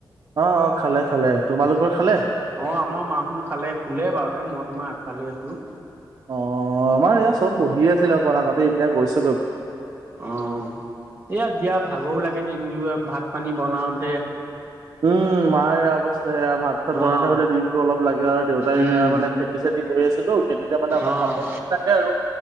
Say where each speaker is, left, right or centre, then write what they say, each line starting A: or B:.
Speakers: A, on the right; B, on the right.
A: অহ - অহ, খালে -খালে তোমালোকৰ খালে?
B: অহ, আমাৰ মাহোন খালে শুলে বাৰুতে মই তোমাৰ আগফালে আছো।
A: অহ, আমাৰ ইয়াত চব বহি আছিল অকণ আগতে এতিয়া গৈছে
B: অ এইয়া দিয়া ভাগৰো লাগে দিনটো। ভাত পানী বনাওঁতে।
A: উম, মাৰ সেয়া অৱস্থা। সেয়া ভাত- খাত
B: অ',
A: বনাই থাকোতে দিনটো অলপ লাগে আৰু দেউতাই
B: উম,
A: এতিয়া মানে খেতি-চেতি কৰি আছেতো। খেতিতে মানে অকন
B: অ',
A: <unintelligible> থাকে আৰু।